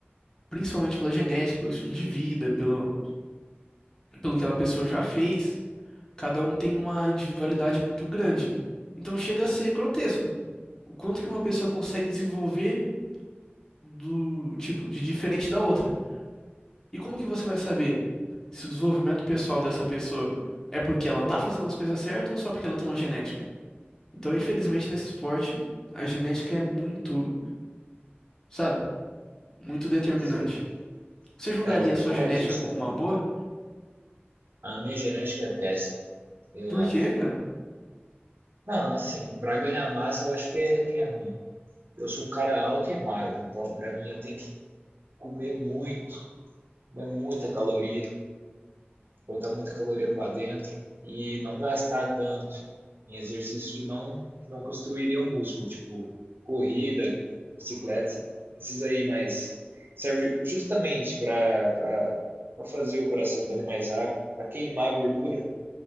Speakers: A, on the left (about 15°); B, on the right (about 60°).
A: principalmente pela genética, pelo estilo de vida, pelo, pelo que aquela pessoa já fez, cada um tem uma individualidade muito grande. Então chega a ser grotesco. O quanto que uma pessoa consegue desenvolver do tipo de diferente da outra. E como que você vai saber se o desenvolvimento pessoal dessa pessoa é porque ela tá fazendo as coisas certas ou só porque ela tem uma genética? Então, infelizmente, nesse esporte, a genética é muito, sabe, muito determinante.
B: Sim.
A: Você julgaria
B: É, eu ouvi
A: a sua
B: falar
A: genética
B: disso
A: como
B: também.
A: uma boa?
B: A minha genética é péssima, eu
A: Por
B: acho.
A: quê, cara?
B: Não, assim, para ganhar massa eu acho que é, que é ruim. Eu sou um cara alto e magro, então para mim eu tenho que comer muito, comer muita caloria, botar muita caloria para dentro e não gastar tanto em exercícios que não, que não construiriam músculo, tipo corrida, bicicleta, esses aí, mas serve justamente para fazer o coração bater mais rápido, para queimar a gordura.